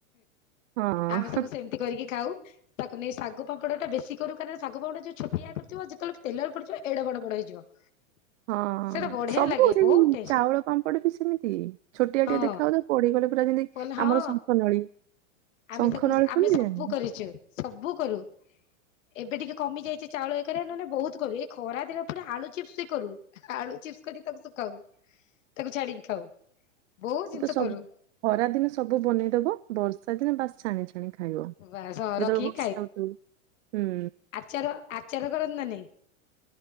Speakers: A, on the right; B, on the left.
A: ହଁ
B: ଆମେ ସବୁ ସେମିତି କରିକି ଖାଉ। ତାକୁ ନେଇ ଶାଗୁ ପାମ୍ପଡ ବେଶୀ କରୁ କାରଣ ଶାଗୁ ପାପଡ ଛୋଟିଆ କରିଥିବ ଯେତେବେଳେ ତେଲରେ ପଡିଯିବ ଏଡେ ବଡ ବଡ ହେଇଯିବ।
A: ହଁ
B: ସେଇଟା ବଢିଆ
A: ସବୁ
B: ଲାଗେ
A: ସେଇ
B: ବହୁତ ଟେଷ୍ଟ
A: ଚାଉଳ ପାମ୍ପଡ ବି ସେମିତି ଛୋଟିଆ
B: ହଁ
A: ଟିଏ ଦେଖାଯାଉଥିବା ପଡିଗଲେ ପୁରା ଯେମିତି
B: କହିଲେ ହଁ
A: ଆମର ଶଙ୍ଖ ନଳୀ।
B: ଆମେ
A: ଶଙ୍ଖ
B: ତାକୁ
A: ନଳୀ ଫୁଲି
B: ଆମେ ସବୁ
A: ଜାଣିନ
B: କରିଛୁ ସବୁ କରୁ। ଏବେ ଟିକେ କମିଯାଇଛି ଚାଉଳ ଏକ ରେ ନହେଲେ ବହୁତ କରୁ ଏଇ ଖରା ଦିନପୁରା ଆଳୁ ଚିପ୍ସ ବି କରୁ। ଆଳୁ ଚିପ୍ସ କରିକି ତାକୁ ଶୁଖାଉ ତାକୁ ଛାଡିକି ଖାଉ। ବହୁତ ଜିନିଷ
A: ସବୁ
B: କରୁ।
A: ଖରା ଦିନେ ସବୁ ବନେଇଦବ ବର୍ଷା ଦିନ ବାସ୍ ଛାଣି ଛାଣି ଖା ଖାଇବ ଯେତେବେଳେ
B: ବାସ ରଖିକି
A: ବର୍ଷା ହଉଥି ହୁଁ।
B: ଚାର ଆଚାର କରନ୍ତି ନା ନାଇଁ?